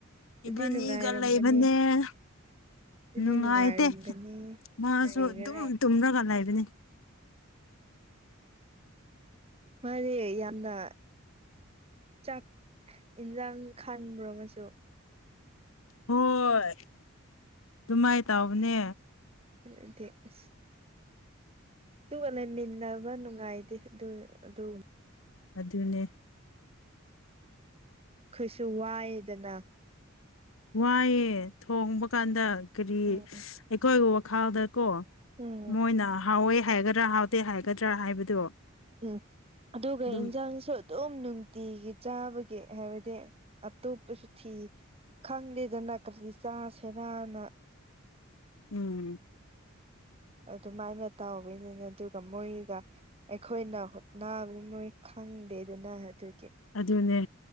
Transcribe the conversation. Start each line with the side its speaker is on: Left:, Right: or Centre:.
Right: ꯑꯗꯨꯗꯤ
Left: ꯏꯕꯅꯤ
Right: ꯅꯨꯡꯉꯥꯏꯔꯝꯒꯅꯤ
Left: ꯏꯒꯂ ꯏꯕꯅꯦꯦ
Right: ꯑꯗꯨꯗꯤ
Left: ꯅꯨꯡꯉꯥꯏꯇꯦ
Right: ꯅꯨꯡꯉꯥꯏꯔꯝꯒꯅꯤ
Left: ꯃꯥꯁꯨ
Right: ꯀꯔꯤꯒꯤꯔꯥ
Left: ꯑꯗꯨꯝ ꯇꯨꯝꯔꯒ ꯂꯩꯕ ꯑꯗꯨꯅꯦ
Right: ꯃꯗꯤ ꯌꯦꯅ ꯆꯥꯛ ꯌꯦꯟꯁꯥꯡ ꯈꯥꯟꯕꯨꯔꯒꯁꯨ
Left: ꯍꯣꯏ ꯑꯗꯨꯃꯥꯏ ꯇꯥꯎꯕꯅꯦ
Right: ꯁ ꯑꯗꯨꯒ ꯂꯩꯃꯤꯟꯅꯕ ꯅꯨꯡꯉꯥꯏꯇꯦ ꯑꯗꯨ ꯑꯗꯨ
Left: ꯑꯗꯨꯗꯅꯦ
Right: ꯀꯣꯏꯁꯨ ꯋꯥꯏꯗꯅ
Left: ꯋꯥꯏꯌꯦꯦ ꯊꯣꯡꯕ ꯀꯥꯟꯗ ꯀꯔꯤ
Right: ꯎꯝ
Left: ꯑꯩꯈꯣꯏꯒꯤ ꯋꯥꯈꯜꯗ ꯀꯣ
Right: ꯎꯝ
Left: ꯃꯣꯏꯅ ꯍꯥꯎꯋꯦ ꯍꯥꯏꯒꯗ꯭ꯔꯥ ꯍꯥꯎꯇꯦ ꯍꯥꯏꯒꯗ꯭ꯔꯥ ꯍꯥꯏꯕꯗꯣ
Right: ꯎꯝ ꯑꯗꯨꯒ
Left: ꯑꯗꯨꯝ
Right: ꯏꯟꯖꯥꯡꯁꯨ ꯑꯗꯨꯝ ꯅꯨꯡꯇꯤꯒꯤ ꯆꯥꯕꯒꯤ ꯍꯥꯏꯗꯤ ꯑꯠꯇꯨ ꯊꯤ ꯈꯪꯗꯦꯗꯅ ꯀꯖꯤ ꯆꯁꯤꯦꯔꯥꯅ
Left: ꯎꯝ
Right: ꯑꯗꯨꯃꯥꯏꯅ ꯇꯧꯋꯅꯤꯅ ꯑꯗꯨꯒ ꯃꯣꯏꯒ ꯑꯩꯈꯣꯏꯅ ꯍꯣꯠꯅꯕ ꯃꯣꯏ ꯍꯪꯦ ꯑꯗꯨꯅ ꯑꯗꯨ
Left: ꯑꯗꯨꯅꯦ